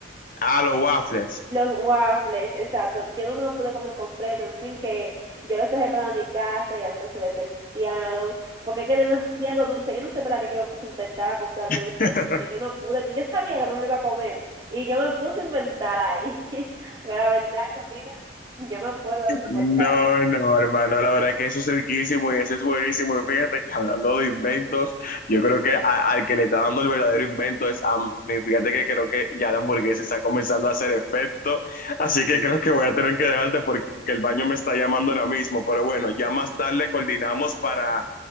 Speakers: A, on the left (about 50°); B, on the right (about 25°).
A: a los waffles.
B: Los waffles, exacto. Yo no me lo pude comer completo, en fin, que yo los dejé para mi casa y hasta se desperdiciaron, porque es que es demasiado dulce. Yo no sé para qué yo me puse a inventar a comprar
A: <laughs>
B: todo ese dulce. Yo no pude, yo sabía que no me lo iba a comer y yo me puse a inventar ahí. <laughs> Pero la verdad, que mira, yo no puedo soportarlo.
A: No, no, hermano, la verdad que eso es riquísimo y eso es buenísimo. Y fíjate que hablando de inventos, yo creo que a- al que le está dando el verdadero invento es a mí. Fíjate que creo que ya la hamburguesa está comenzando a hacer efecto, así que creo que voy a tener que dejarte porque el baño me está llamando ahora mismo. Pero bueno, ya más tarde coordinamos para,